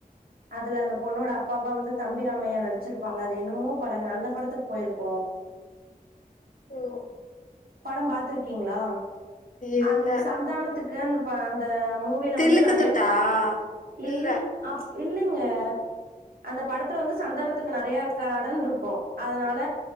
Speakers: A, on the right (about 80°); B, on the left (about 60°).
A: அதுல அந்த பொண்ணோட அப்பாவா வந்து தம்பிரமையா நடிச்சிருப்பாங்க அது என்னமோ படங்க அந்த படத்துக்கு போயிருக்கோ
B: ஓ
A: படம் பாத்துறீக்கீங்ளா
B: இல்ல
A: அந் சந்தானத்துக்கு அந் இப்ப அந்த மூவில
B: தில்லுக்கு
A: வந்து நறைய
B: திட்டா
A: இல்
B: இல்ல
A: அப் இல்லிங்க அந்த படத்துல வந்து சந்தானத்துக்கு நிறையா கடன் இருக்கு அதனால